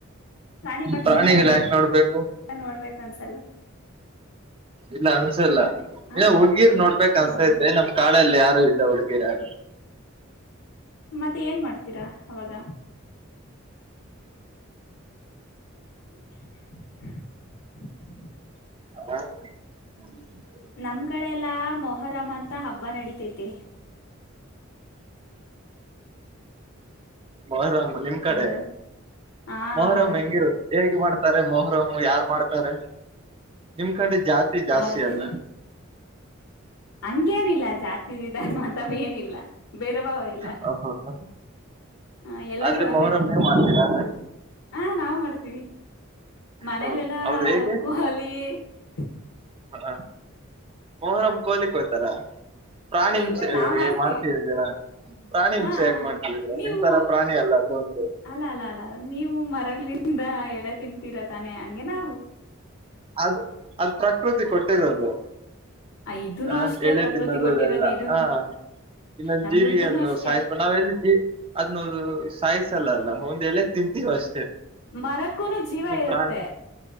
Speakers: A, on the left; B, on the right.
A: ಪ್ರಾಣಿ ಪಕ್ಷಿಗಳನೆಲ್ಲ
B: ಪ್ರಾಣಿಿಗೆಲ್ಲ ಯಾಕೆ ನೋಡ್ಬೇಕು
A: ನೋಡ್ಬೇಕು ಅನ್ಸಲ್ವಾ
B: ಇಲ್ಲ ಅನ್ಸಲ್ಲ ಇ
A: ಆ
B: ಹುಡ್ಗಿರ್ ನೋಡ್ಬೇಕು ಅನ್ಸತೆ
A: ಹೌದ್
B: ನಮ್ ಕಾಡಲ್ಲಿ ಯಾರ ಹ ಇಲ್ಲ ಹಡುಿಕರಾನ
A: ಮತ್ತೆ ಏನ್ ಮಾಡ್ತೀರಾ ಅವಾಗ <unintelligible>
B: ಹ
A: ನಮ್ ಕಡೆ ಎಲ್ಲಾ ಮೊಹರಂ ಅಂತ ಹಬ್ಬ ನಡೀತೈತೆ
B: ಬ ರಾಮ ನಿಮ್ ಕಡೆ
A: ಹಲೋ ಹಾ
B: ಮೊಹರಂ
A: ಹೌದೌದು
B: ಹೆಂಗಿರುತ್ತ ಹೇಗೆ ಮಾಡ್ತ ತ ಮೊಹ್ರ ಯಾರ್ು ಮಾಡ್ತಾರೆ ನಿಮ್ ಕಡೆ ಜಾತಿ ಜಾಸ್ತಿ
A: ಅದು
B: ಅಲ್ಲ
A: ಹಂಗೇನಿಲ್ಲ ಜಾತಿಧಂತ ಏನಿಲ್ಲ ಭೇದ ಭಾವ ಇಲ್ಲ
B: ಹ ಹ ಹ
A: ಹ ಎಲ್ಲರೂ
B: ಆದ್ರೆ
A: ಒಂದೇ
B: ಮೊಹರಂ ನೀವ್ ಮಾಡ್ತೀರಾ
A: ಹಾ ನಾಾವ್ ಮಾಡ್ತೀವಿ ಮನೇಲೆಲ್ಲಾ
B: ಹ್ಮ್ ಹೌದು ಹೇಗೆ
A: ಕುಹಲಿಿ ಹ
B: ಹ ಮೊಹರಮ್ ಕೋಲಿಕ್ ಹೋ್ತಾರ ಪ್ರಾಣಿ ಹಿಂಸೆ
A: ಇಲ್ಲ ನಾವ್ ಮಾಡ್ತೀವಿ
B: ಮಾಡ್ತಿದ್ದೀರಾ ಪ್ರಾಣಿ
A: ಹ
B: ಹಿಂಸೆ ಹಗ್ ಮಾಡ್ತಿದೀರ
A: ನೀವು
B: ನಿನ್ಸಾರ ಪ್ರಾಣಿ ಅಲ್ಲ ಹದು
A: ಅಲ್ಲ ಅಲ್ಲ ಅಲ್ಲ ನೀವು ಮರಗಳಿಂದ ಎಳೆ ತಿನ್ಂತೀರ ತಾನೆ ಹಂಗೆ ನಾವು
B: ಅದ ಅದು್ ಪ್ರಕೃತಿ ಕೊಟ್ಟಿರದು
A: ಇದನು
B: ಹಾ
A: ಅಷ್ಟೇ
B: ಹೇಳೇ
A: ಪ್ರಕೃತಿ
B: ತಿನ್ನದುದೆಲ್ಲ
A: ಕೊಟ್ಟಿರೋದು ಇದನು
B: ಹಾ ಇನ್ನೊಂದು
A: ನಮ್ಗೂ
B: ಜೀವಿಗೆನ್ನು
A: ಇದನು ಅಷ್ಟೇ
B: ಸಾಯಿಸ ನಾವ ಎಲ್ಲಿ ಜ ಅದನ್ನು ಸಾಯಿಸಲ್ಲ ಅಲ್ಲ ಹ ಎಲ್ಲ ತಿಂತೀವಿ ಅಷ್ಟೇ
A: ಮರಕ್ಕೂನು ಜೀವ
B: ನೀವು
A: ಇರುತ್ತೆ
B: ಪ್ರಾಣಿ